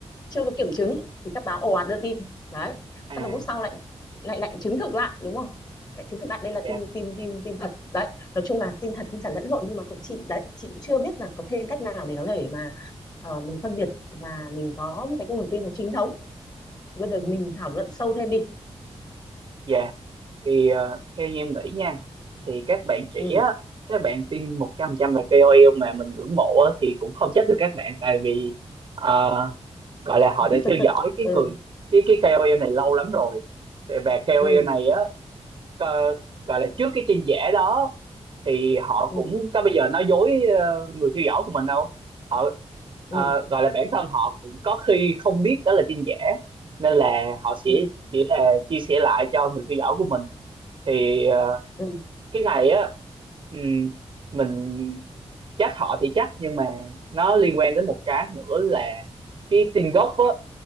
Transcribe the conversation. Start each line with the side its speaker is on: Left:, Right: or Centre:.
Left: chưa có kiểm chứng thì các báo ồ ạt đưa tin đấy
Right: à
Left: xong rồi lúc sau lại
Right: à,
Left: lại lại chứng thực lại đúng không lại chứng thực lại đây là tin
Right: dạ
Left: tin tin tin thật đấy nói chung là tin thật tin giả lẫn lộn nhưng mà cũng chị đấy chị cũng chưa biết là có thêm cách nào để có thể mà ờ, mình phân biệt và mình có một cái nguồn tin nó chính thống bây giờ mình thảo luận sâu thêm đi
Right: dạ thì ờ, theo như em nghĩ nha thì các bạn trẻ
Left: ừ
Right: á, các bạn tin một trăm phần trăm là KOL mà mình ngưỡng mộ á, thì cũng không trách được các bạn tại vì ờ, gọi là họ
Left: <laughs>
Right: đã theo dõi cái
Left: ừ
Right: người cái cái KOL này lâu lắm rồi Thì- và KOL
Left: ừ
Right: này á co- gọi là trước cái tin giả đó thì họ
Left: ừ
Right: cũng có bây giờ nói dối ờ, người theo dõi của mình đâu họ
Left: ừ
Right: ờ, gọi là bản thân họ cũng có khi không biết đó là tin giả nên là họ sẽ
Left: ừ
Right: chỉ là chia sẻ lại cho người theo dõi của mình thì ờ,
Left: ừ
Right: cái này á ừm, mình trách họ thì trách nhưng mà nó liên quan đến một cái nữa là cái tin gốc á